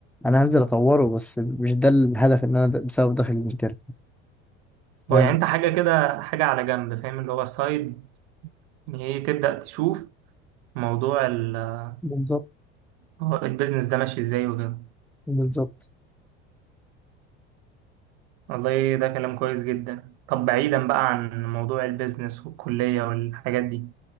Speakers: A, in the centre; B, on the right.
A: انا هنزل اطوره بس مش ده الهدف ان انا د- بسبب داخل الانترن فاهم
B: هو يعني انت حاجة كده حاجة على جنب فاهم اللي هو سايد يعني ايه تبدأ تشوف موضوع ال-
A: بالظبط
B: هو البيزنس ده ماشي ازاي وكده
A: بالظبط
B: والله ده كلام كويس جدا طب بعيدا بقى عن موضوع البيزنس والكلية والحاجات دي